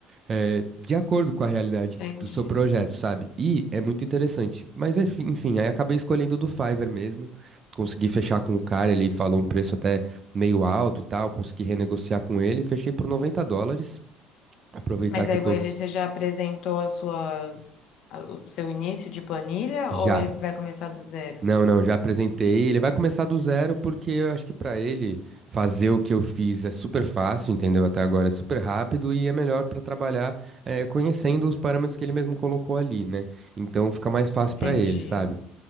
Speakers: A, on the right; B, on the left.
A: é, de acordo com a realidade
B: Entendi.
A: do seu projeto, sabe? E é muito interessante. Mas enfim, enfim, aí acabei escolhendo o do Fiverr mesmo. Consegui fechar com o cara, ele falou um preço até meio alto e tal. Consegui renegociar com ele, fechei por 90 dólares. Aproveitar
B: Mas
A: que
B: aí
A: eu
B: ele
A: tô
B: você já apresentou as suas, a- o seu início de planilha
A: já.
B: ou ele vai começar do zero?
A: Não, não, já apresentei. Ele vai começar do zero porque eu acho que pra ele fazer o que eu fiz é super fácil, entendeu? Até agora é super rápido e é melhor pra trabalhar eh, conhecendo os parâmetros que ele mesmo colocou ali, né? Então fica mais fácil pra
B: Entendi.
A: ele, sabe?